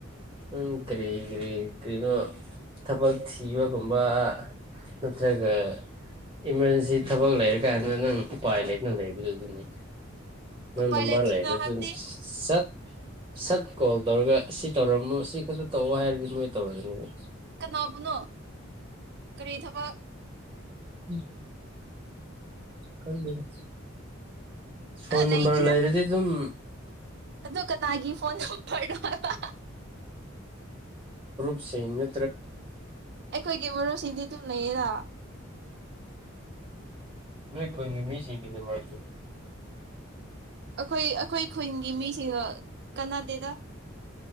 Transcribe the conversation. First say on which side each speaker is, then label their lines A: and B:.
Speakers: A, on the right; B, on the right.
A: ꯅꯪ ꯀꯔꯤ ꯀꯔꯤ ꯀꯔꯤꯅꯣ ꯊꯕꯛ ꯊꯤꯕꯒꯨꯝꯕ ꯅꯠꯇ꯭ꯔꯒ ꯏꯃꯥꯔꯖꯦꯟꯁꯤ ꯊꯕꯛ ꯂꯩꯔꯀꯥꯟꯗ ꯅꯪ ꯎꯄꯥꯏ ꯂꯩꯅ ꯂꯩꯕꯗꯨ ꯑꯗꯨꯅꯤ ꯅꯪ
B: ꯎꯄꯥꯏ
A: ꯅꯝꯕꯔꯂꯩꯔ
B: ꯂꯩꯇ꯭ꯔꯤꯅ
A: ꯑꯗꯨ
B: ꯍꯥꯏꯕꯗꯤ
A: ꯁꯠ ꯁꯠ ꯀꯣꯜ ꯇꯧꯔꯒ ꯁꯤ ꯇꯧꯔꯝꯃꯣ ꯁꯤ ꯈꯛꯇ ꯇꯧꯑꯣ ꯍꯥꯏꯔꯗꯤ ꯃꯣꯏ ꯇꯧꯔꯒꯅꯤꯕ
B: ꯀꯅꯥꯕꯨꯅꯣ ꯀꯔꯤ ꯊꯕꯛ
A: ꯎꯝ ꯈꯪꯗꯦꯗꯥ ꯐꯣꯟ ꯅꯝꯕꯔ
B: ꯂꯩꯗꯤꯗ
A: ꯂꯩꯔꯗꯤ ꯑꯗꯨꯝ <inaudible>
B: ꯑꯗꯨ ꯀꯅꯥꯒꯤ ꯐꯣꯟ ꯅꯝꯕꯔꯅꯣ ꯍꯥꯏꯕ
A: ꯁꯦꯡꯅ
B: ꯑꯩꯈꯣꯏꯒꯤ ꯃꯔꯨꯞꯁꯤꯡꯗꯤ ꯑꯗꯨ ꯂꯩꯌꯦꯗ
A: ꯅꯣꯏ ꯈꯨꯟꯒꯤ ꯃꯤꯁꯤꯡꯒꯤ ꯅꯝꯕꯔ
B: ꯑꯩꯈꯣꯏ ꯑꯩꯈꯣꯏ ꯈꯨꯟꯒꯤ ꯃꯤꯁꯤꯡꯗ ꯀꯅꯥꯗꯦꯗ